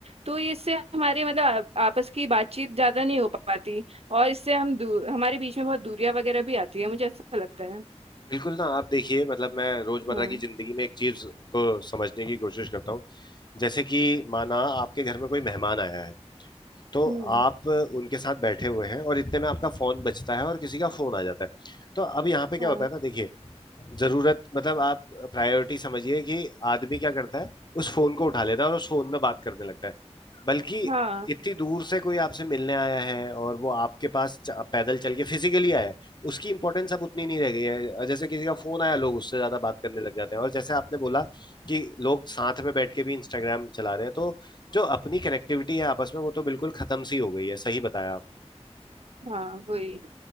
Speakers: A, on the right; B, on the left.
A: तो ये इससे हमारे मतलब आ- आपस की बातचीत ज्यादा नहीं हो पाती और इससे हम दूर हमारे बीच में बहुत दूरियां वगैरह भी आती है मुझे ऐसा लगता है
B: बिल्कुल ना आप देखिए मतलब मैं रोजमर्रा
A: हम्म
B: की जिंदगी में एक चीज को समझने की कोशिश करता हूँ जैसे कि माना आपके घर में कोई मेहमान आया है तो
A: हम्म
B: आप उनके साथ बैठे हुए हैं और इतने में आपका फोन बजता है और किसी का फोन आ जाता है तो अब यहाँ पे क्या
A: हाँ
B: होता है ना देखिए जरूरत मतलब आप प्रायोरिटी समझिए कि आदमी क्या करता है उस फोन को उठा लेता है और उस फोन में बात करने लगता है बल्कि
A: हाँ
B: इतनी दूर से कोई आपसे मिलने आया है और वो आपके पास च- पैदल चल के फिजिकली आया है उसकी इंपॉर्टेंस अब उतनी नहीं रह गई है जैसे किसी का फोन आया लोग उससे ज्यादा बात करने लग जाते हैं और जैसे आपने बोला कि लोग साथ में बैठ के भी इंस्टाग्राम चला रहे हैं तो जो अपनी कनेक्टिविटी है आपस में वो तो बिल्कुल खत्म सी हो गई है सही बताया आप
A: हाँ वही